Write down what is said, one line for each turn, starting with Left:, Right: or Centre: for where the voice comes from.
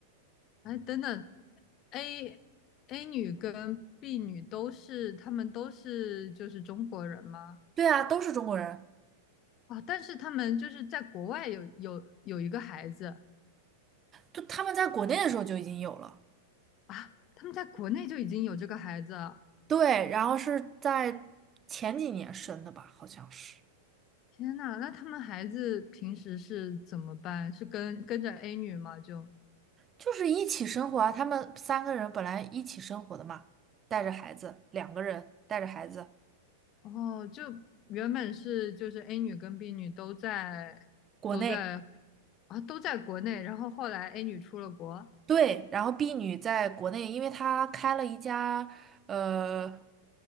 Left: 哎，等等，A A 女跟 B 女都是，她们都是就是中国人吗？
Right: 对啊，都是中国人，
Left: 啊，但是她们就是在国外有有有一个孩子
Right: 就他们在国内的时候就已经有了。
Left: 啊，她们在国内就已经有这个孩子了。
Right: 对，然后是在前几年生的吧，好像是。
Left: 天呐，那他们孩子平时是怎么办？是跟跟着 A 女吗？就
Right: 就是一起生活啊，他们三个人本来一起生活的嘛，带着孩子，两个人带着孩子，
Left: 哦，就原本是就是 A 女跟 B 女都在都在
Right: 国内，
Left: 啊都在国内，然后后来 A 女出了国。
Right: 对，然后 B 女在国内，因为她开了一家呃